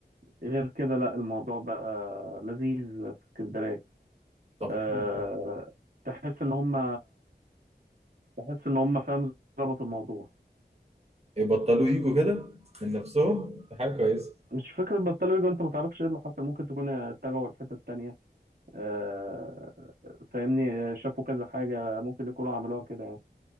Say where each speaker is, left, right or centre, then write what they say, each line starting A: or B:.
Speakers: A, on the right; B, on the right.
A: غير كده لا الموضوع بقى لذيذ في اسكندرية
B: طب
A: أه
B: حلو.
A: تحس ان هم تحس ان هم فاهم ظبط الموضوع
B: يبطلوا يجوا كده من نفسهم دي حاجه كويسه
A: مش فكرة بطلوا يجوا انت ما تعرفش ايه اللي حصل ممكن تكون اتجهوا لحتة تانية أه فاهمني شافوا كذا حاجة ممكن يكونوا عملوها كده يعني